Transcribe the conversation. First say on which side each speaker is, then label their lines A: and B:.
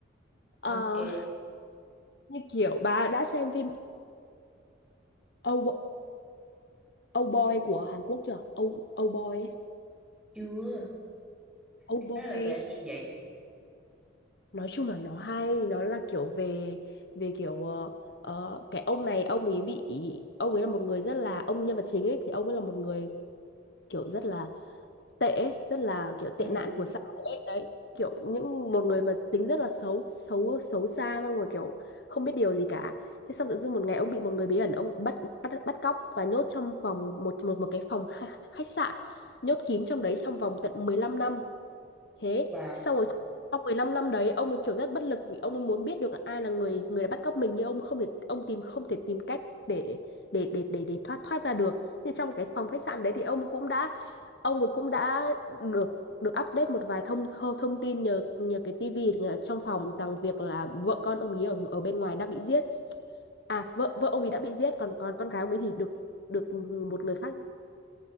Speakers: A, on the left; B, in the centre.
A: Ờ,
B: Ok,
A: như kiểu bà đã xem phim Ow- Âu Boy của Hàn Quốc chưa? Âu Âu Boy ấy.
B: chưa.
A: Âu
B: cái
A: Boy
B: Đó là về
A: ấy,
B: cái gì vậy?
A: nói chung là nó hay, nó là kiểu về về kiểu ờ, ờ, cái ông này ông ấy bị ông ấy là một người rất là ông nhân vật chính ấy thì ông ấy là một người kiểu rất là tệ ấy, rất là kiểu
B: Ừ.
A: tệ nạn của xã hội ấy. Đấy, kiểu những một người mà tính rất là xấu xấu xấu xa xong rồi kiểu không biết điều gì cả. Thế xong tự dưng một ngày ông bị một người bí ẩn ông bắt bắt bắt cóc và nhốt trong vòng một một một cái phòng khách, khách sạn nhốt kín trong đấy trong vòng tận mười lăm năm thế
B: wow
A: xong rồi trong 15 năm đấy ông ấy kiểu rất bất lực vì ông ấy muốn biết được là ai là người người đã bắt cóc mình nhưng ông không thể ông tìm không thể tìm cách để để để để để thoát thoát ra được nhưng trong cái phòng khách sạn đấy thì ông cũng đã ông ấy cũng đã được được update một vài thông thông, thông tin nhờ nhờ cái tivi ở trong phòng rằng việc là vợ con ông ấy ở ở bên ngoài đã bị giết à vợ vợ ông ấy đã bị giết còn còn con gái ông ấy thì được được một người khác